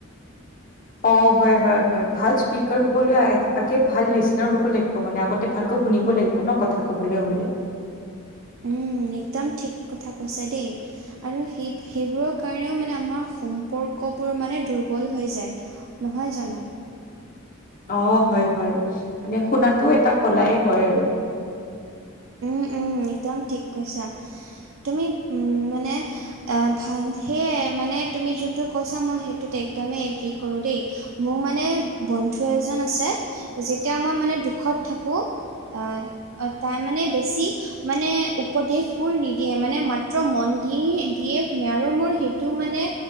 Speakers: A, on the left (about 40°); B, on the right (about 75°).
A: অ', হয়ঁ হয়ঁ হয়ঁ, ভাল স্পীকাৰ হবলৈ, আগে ভাল লিচনাৰ হ'ব লাগিব। মানে, আগতে ভালকৈ শুনিব লাগিব। কোনো' কথা কবলে হ'লে।
B: উমঁ, একদম ঠিক কথা কৈছা দেই। আৰু সেই-সেইবোৰৰ কাৰণেও মানে, আমাৰ সম্পৰ্কবোৰ মানে দুৰ্বল হৈ যায়। নহয় জানো?
A: অঁ, হয়ঁ হয়ঁ। মানে, শুনাতটো এটা কলাই হয় আৰু।
B: উমঁ উমঁ, একদম ঠিক কৈছা। তুমি উম, মানে,, এ ভাল, সেয়াই মানে তুমি যোনটো কৈছা, মই সেইটোত একদমেই এগ্ৰী কৰোঁ দেই। মোৰ মানে বন্ধু এজন আছে, যেতিয়া মই মানে দুখত থাকোঁ,,, অ', তাই মানে,,, বেছি, মানে উপদেশবোৰ নিদিয়ে, মানে মাত্ৰ মন দি-দিয়ে শুনে, আৰু মোৰ সেই,,, টো মানে,